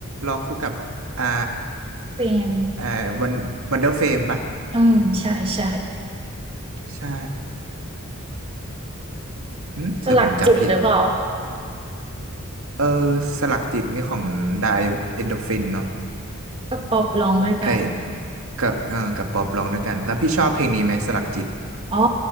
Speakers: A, on the right (about 70°); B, on the right (about 25°).
A: ร้องคู่กับอ่า
B: เปรน
A: อ่าวันวันเดอร์เฟมปะ
B: อืมใช่ใช่
A: ใช่หึเดี๋ยวผมจำผิด
B: สลักจิตหรือเปล่า
A: เออสลักจิตนี่ของไดเอนโดฟินเนาะ
B: ก็ป๊อปร้องด้วยกัน
A: ไอ้ยกับเออกับป๊อปร้องด้วยกันแล้วพี่ชอบเพลงนี้ไหมสลักจิต
B: อ๋อ